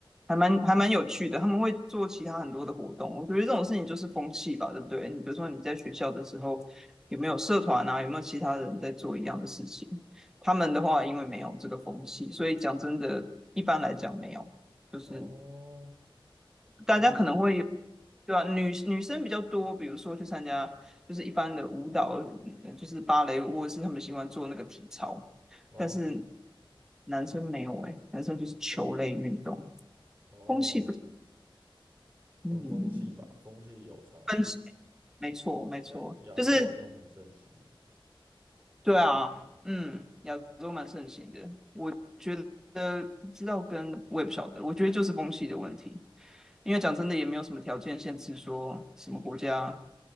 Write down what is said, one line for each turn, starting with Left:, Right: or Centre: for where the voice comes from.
Centre: 还蛮还蛮有趣的，他们会做其他很多的活动。我觉得这种事情就是风气吧，对不对？你比如说你在学校的时候，有没有社团啊？有没有其他人在做一样的事情？他们的话，因为没有这个风气，所以讲真的，一般来讲没有，就是
Right: 哦，
Centre: 大家可能会有，
Right: 我以为，
Centre: 对吧？女女生比较多，比如说去参加就是一般的舞蹈，呃就是芭蕾舞，或者是他们喜欢做那个体操，
Right: 哦
Centre: 但是男生没有哎、男生就是球类运动，
Right: 哦，
Centre: 风气不，嗯。
Right: 跟风气吧，风气有差，
Centre: 分歧，没错，没错，
Right: 现在亚洲好像蛮盛行的。
Centre: 就是对啊，嗯，亚洲蛮盛行的，我觉得不知道跟我也不晓得，我觉得就是风气的问题，因为讲真的也没有什么条件限制说什么国家，